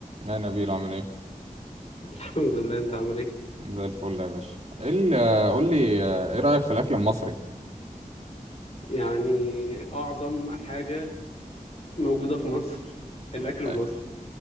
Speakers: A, on the right; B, on the left.
A: يا نبيل عامل ايه
B: الحمد لله انت عامل ايه
A: زي الفل يا باشا ايه ال- آه، قول لي آه، ايه رأيك في الاكل المصري
B: يعني اعظم حاجة موجودة في مصر الاكل
A: <laughs>
B: المصري
A: آه،